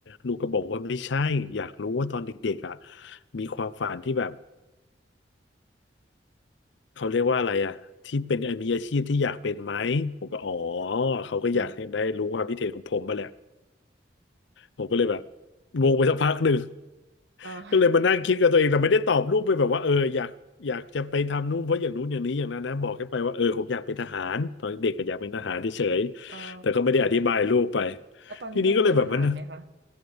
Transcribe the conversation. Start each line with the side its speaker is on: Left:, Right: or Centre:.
Left: ลูกก็บอกว่าไม่ใช่อยากรู้ว่าตอนเด็กๆอ่ะมีความฝันที่แบบเขาเรียกว่าอะไรอ่ะที่เป็นมีอาชีพที่อยากเป็นไหมผมก็อ๋อเขาก็อยากให้ได้รู้ความคิดเห็นของผมมาแหละ
Right: อืม
Left: ผมก็เลยแบบงงไปสักพักหนึ่ง
Right: อ๋อ
Left: ก็เลยมานั่งคิดกับตัวเองแต่ไม่ได้ตอบลูกไปแบบว่าเอออยากอยากจะไปทำนู่นเพราะอย่างนู้นอย่างนี้อย่างนั้นนะบอกแค่ไปว่าเออผมอยากเป็นทหารตอนเด็กก็อยากเป็นทหารเฉยๆแต่ก็ไม่ได้อธิบายลูกไป
Right: อ๋อแล้วตอนนี้ได้เป็นทหารไหมคะ
Left: ทีนี้ก็เลยแบบมัน